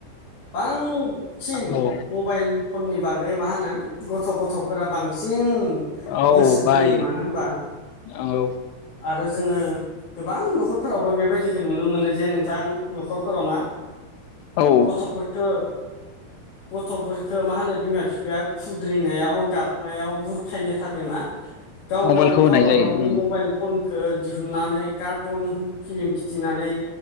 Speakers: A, on the left; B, on the left.
A: बांसिन
B: औ
A: मबाइल फननि बागै मा होनो गथ गथ फोरा बांसिन
B: औ
A: गोसो
B: बायो
A: बोयो मानो होनबा
B: औ
A: आरो जोङो गोबां न खरफोरावबो बेबायदिखौ नुनो मोनो जे नोंथां न खरफोराव मा?
B: औ
A: गथ फोरखो गथ फोरखो मा होनो? बिमा बिफाया खुद्रिनायाव गाबनायाव बुरखायनो थाखाय मा? गाव
B: मबाइलखौ
A: गाव
B: होनाय
A: गावबा
B: जायो
A: गावनि
B: उम
A: मबाइल फनखौ दिहुननानै कार्टन फिलिम खिथिनानै